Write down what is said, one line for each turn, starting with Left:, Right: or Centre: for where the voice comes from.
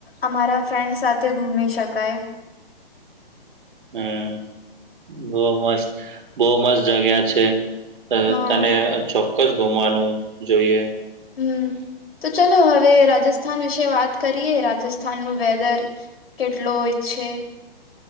Left: અમારા ફ્રેન્ડ્સ સાથે ઘૂમ શકાય
Right: હમ બહુ મસ્ત બહુ મસ્ત જગ્યા છે. અ
Left: હા
Right: તને ચોક્કસ ગુમવાનું જોઈએ.
Left: હમ તો ચલો હવે રાજસ્થાન વિશે વાત કરીએ રાજસ્થાનનું વેદર કેટલો હોય છે.